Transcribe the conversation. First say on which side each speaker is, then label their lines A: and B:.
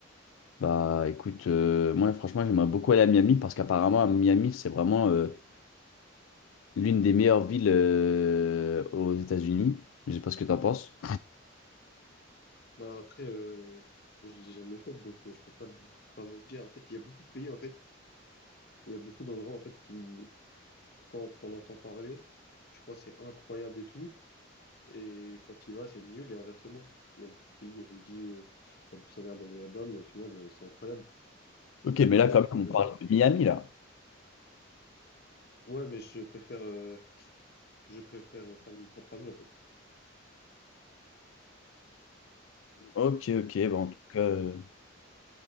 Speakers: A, on the left; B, on the left.
A: Bah écoute, euh, moi franchement j'aimerais beaucoup aller à Miami parce qu'apparemment à Miami c'est vraiment euh, l'une des meilleures villes euh, aux États-Unis. Je sais pas ce que t'en penses.
B: Bah, après, euh, je l'ai jamais fait, donc euh, je peux pas, le- pas me le dire. En fait, il y a beaucoup de pays, en fait. Il y a beaucoup d'endroits, en fait, qui, quand t'en entends parler, tu crois que c'est incroyable et tout. Et quand tu y vas, c'est nul et inversement. Il y a beaucoup de pays où on me dit, euh, ça pue sa mère d'aller là-bas, mais au final, euh, c'est incroyable.
A: Ok, mais là
B: Tu
A: quand
B: vois ce
A: même
B: que je
A: on
B: veux
A: parle
B: dire?
A: de Miami là.
B: Ouais, mais je préfère, euh, je préfère faire mon propre avis, en fait.
A: Ok, ok, bah en tout cas, euh,